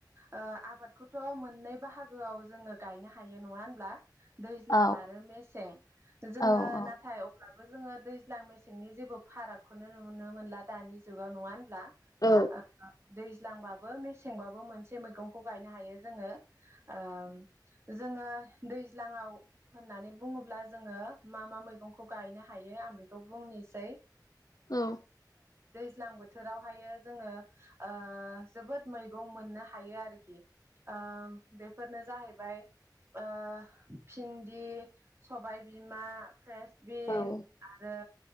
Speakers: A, on the right; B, on the left.
A: ओ आबाद बेखौथ' मोननै बाहागोआव जोङो गायनो हायो नङा होनब्ला? दैज्लां
B: औ
A: आरो मेसें जोङो
B: औ औ
A: नाथाय अब्लाबो जोङो दैज्लां मेसेंनि जेबो फारागखौनो नुनो मोनला दानि जुगाव नङा होनब्ला
B: औ
A: ओ दैज्लांबाबो मेसेंबाबो मोनसे मैगंखौ गायनो हायो जोङो ओ जोङो दैज्लाङाव होननानै बुङोब्ला जोङो मा मा मैगंखौ गायनो हायो आं बेखौ बुंनोसै
B: औ
A: दैज्लां बोथोरावहायो जोङो ओ जोबोद मैगं मोननो हायो आरोखि आ बेफोरनो जाहैबाय ओ भिन्दि सबायबिमा फ्रेसबिन
B: औ
A: आरो